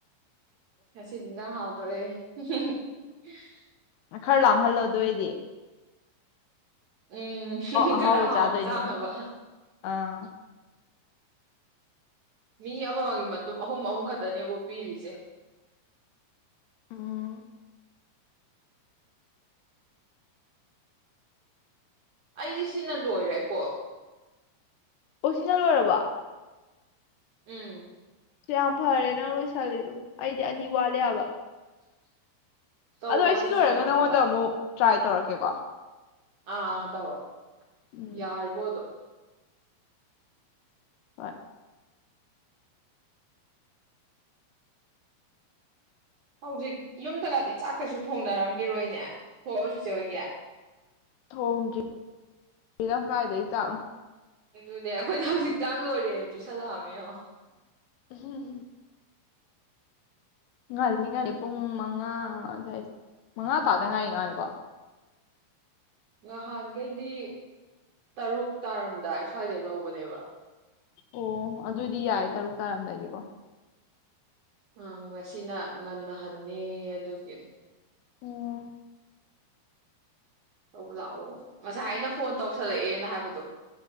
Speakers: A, on the right; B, on the left.
A: ꯉꯁꯤꯗꯤ ꯏꯪꯖꯥꯡ ꯍꯥꯎꯗꯣꯔꯦ ꯎꯍꯨꯝ ꯍꯨꯝ ꯎꯝ ꯑꯦ
B: ꯈꯔ ꯂꯥꯝꯍꯜꯂꯣ ꯑꯗꯣꯑꯣꯢꯗꯤ
A: ꯎꯝ ꯍꯨꯝ ꯍꯨꯝ
B: ꯑꯍꯥꯎꯕ
A: ꯈꯔ ꯍꯥꯎꯅ
B: ꯆꯥꯗꯣꯏꯅꯦ
A: ꯆꯥꯅꯕ
B: ꯑꯥ
A: ꯃꯤ ꯑꯃꯃꯝꯒꯤ ꯃꯇꯨꯡ ꯑꯍꯨꯝ ꯑꯍꯨꯝ ꯈꯛꯇꯅꯦꯕꯨ ꯄꯤꯔꯤꯁꯦ
B: ꯎꯝ
A: ꯑꯩꯁꯦ ꯁꯤꯅ ꯂꯣꯏꯔꯦꯀꯣ
B: ꯑꯣ ꯁꯤꯅ ꯂꯣꯏꯔꯕꯣ
A: ꯎꯝ
B: ꯌꯥꯝ ꯐꯔꯦ ꯅꯪ ꯂꯣꯏꯁꯜꯂꯤꯗꯣ ꯑꯩꯗꯤ ꯑꯅꯤ ꯋꯥꯂꯦ ꯍꯥꯏꯕ
A: <inaudible>
B: ꯑꯗꯣ ꯑꯩ ꯁꯤ
A: ꯆꯤꯆꯦ
B: ꯂꯣꯏꯔꯒ
A: ꯑꯃꯨꯛ
B: ꯅꯪꯉꯣꯟꯗ
A: ꯑꯩꯉꯣꯟꯗ
B: ꯑꯃꯨꯛ ꯇ꯭ꯔꯥꯏ ꯇꯧꯔꯛꯀꯦꯀꯣ
A: ꯑꯥ ꯑꯥ ꯇꯧꯔꯣ
B: ꯎꯝ
A: ꯌꯥꯔꯤꯕꯣꯗꯣ
B: ꯍꯣꯏ
A: ꯍꯧꯖꯤꯛ ꯌꯨꯝꯗꯒꯗꯤ ꯆꯥꯛ ꯀꯩꯁꯨ ꯊꯣꯡꯅꯔꯝꯒꯤꯔꯣꯏꯅꯦ ꯊꯣꯛꯉꯕꯣ ꯆꯤꯆꯦ ꯍꯣꯏꯒꯦ
B: ꯊꯣꯡꯗ꯭ꯔꯤ <unintelligible> ꯀꯥꯏꯗꯩ ꯆꯥꯛꯅꯣ
A: ꯑꯗꯨꯅꯦ ꯑꯩꯈꯣꯏꯗꯤ ꯍꯧꯖꯤꯛ ꯆꯥꯡ ꯂꯣꯏꯔꯦꯅ ꯄꯤꯁꯜꯂꯛꯑꯝꯃꯦꯉꯣ
B: ꯎꯍꯝ ꯍꯝ ꯉꯂꯤ ꯉꯂꯦ ꯄꯨꯡ ꯃꯉꯥ ꯍꯩ ꯃꯉꯥ ꯇꯥꯗ ꯉꯥꯏꯔꯤ ꯉꯥꯜꯂꯦ <inaudible>
A: ꯅꯍꯥꯟꯈꯩꯗꯤ ꯇꯔꯨꯛ ꯇꯥꯔꯝꯗꯥꯏ ꯁ꯭ꯋꯥꯏꯗ ꯂꯧꯕꯅꯦꯕ
B: ꯑꯣ ꯑꯗꯨꯗꯤ ꯌꯥꯏ ꯇꯔꯨꯛ ꯇꯥꯔꯝꯗꯥꯏꯗꯤꯀꯣ
A: ꯑ ꯉꯁꯤꯅ ꯉꯟꯅ ꯍꯟꯅꯤꯌꯦ ꯑꯗꯨꯒꯤ
B: ꯎꯝ
A: ꯂꯧꯕ ꯂꯥꯛꯑꯣ ꯉꯁꯥꯏ ꯑꯩꯅ ꯐꯣꯟ ꯇꯧ ꯁꯜꯂꯛ ꯑꯦꯅ ꯍꯥꯏꯕꯗꯣ